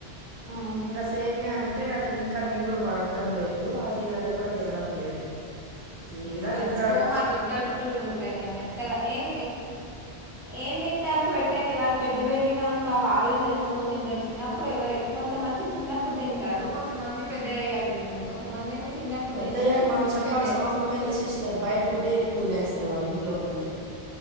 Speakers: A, in the centre; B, on the right (about 50°).
A: ఉమ్
B: ఇంగ సేమియా అంటే అది ఇంకా మింగుడు పడడం లేదు అవి అది కూడ తినడం లేదు <unintelligible>
A: మన
B: తింటాడు
A: <unintelligible> దొడ్డటుకులు ఉంటాయి కదా మెత్తగా ఏం ఏం తింటే పెట్టండి వాళ్ళ పెద్ద పెరిగినాక వాళ్ళే తెలుసుకొని తింటారు చిన్నప్పుడు ఎవరు ఎ కొంత మంది చిన్నప్పుడు తింటారు కొ మంది పెద్ద అయ్యాక తినడు కొంతమంది ఏమో చిన్నప్పుడు
B: పెద్దయ్యాక
A: తినరు కొంతమంది
B: మనం చెప్పాల్సిన
A: పెద్దయ్యాక
B: అవసరమే లేదు సిస్టర్ బయట ఫుడ్డే ఎక్కువ తినేస్తారు వాళ్ళు ఇంట్లో కంటే